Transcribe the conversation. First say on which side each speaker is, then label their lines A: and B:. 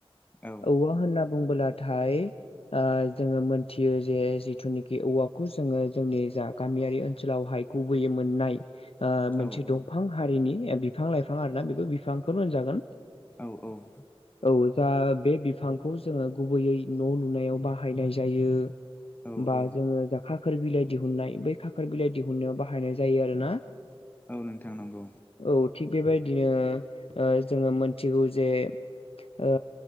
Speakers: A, on the left (about 15°); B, on the left (about 65°).
A: औ
B: औवा होनना बुंबोलाथाय ओ जोङो मोनथियो जे जिथुनोखि औवाखौ जोङो जोंनि जा गामियारि ओनसोलावहाय। गुबैयै मोननाय। ओ मोनसे
A: औ औ
B: दंफां हारिनि बिफां लाइफां आरोना बेबो बिफांखौनो होनजागोन।
A: औ औ।
B: औ जा बे बिफांखौ जोङो गुबैयै न लुनायाव बाहायनाय जायो।
A: औ
B: बा
A: औ
B: जोङो जा खाखोर बिलाइ दिहुननाय बै खाखोर बिलाइ दिहुननायाव बाहायनाय जायो आरोना।
A: औ नोंथां‌ नंगौ।
B: औ थिग बेबायदिनो ओ‌‌ जोङो मोनथिगौ जे ओ